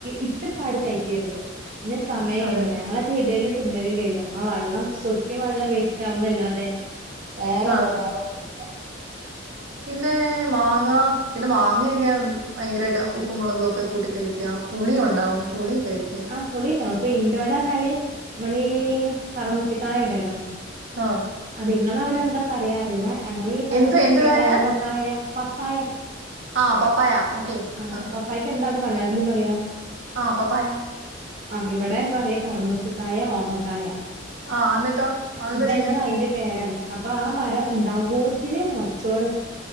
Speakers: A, on the right; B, on the right.
A: ഇറ്റപ്പാട് കഴിക്കരുത് പിന്നെ സമയമുണ്ട്
B: അതെ
A: ഞങ്ങള ഇടേലും തിന്നേലും കഴിയും ആ വെള്ളം സുർക്കും വെള്ളം വേസ്റ്റ് ആവുന്ന് അല്ലാതെ വേറെ
B: ആഹ്
A: <unintelligible>
B: പിന്നെ മാങ്ങ പിന്നെ മാങ്ങയൊക്കെ ഭയങ്കരമായിട്ട് ഉപ്പും മുളകും ഒക്കെ കൂട്ടി കഴിക്കാം പുളി ഒണ്ടാവും പുളി കഴിക്ക
A: ആഹ പൊളി ഉണ്ടാവും ഇന്റെടെ പറഞ്ഞാല് നമ്മളീ പറുക്കുച്ചി കായണ്ടല്ലോ
B: ആഹ്
A: അത് ഇങ്ങളെ അവിടെ എന്താ പറയാറില്ല ഞങ്ങീളി. ഈ ഭാഗത്തൊക്കെ
B: എന്ത് എന്ത് കായ
A: ഓമക്കായ പപ്പായ
B: ആ പപ്പായ ഓക്കെ
A: ആ
B: ആഹ്
A: പപ്പായയ്ക്ക് എന്താണ് മലയാളത്തില് പറയാ
B: ആ പപ്പായ
A: ആ ഇവിടെ പറയും കറുമൂസ കായ ഓമക്കായ
B: ആഹ് എന്നിട്ടോ അതെന്താ
A: ഇത് രണ്ടും
B: ചെയ്യാ
A: അതിന്റെ പേരാണ് അപ്പൊ ആ മരം ഉണ്ടാവകുമ്പോത്തിന് മെച്ചോള്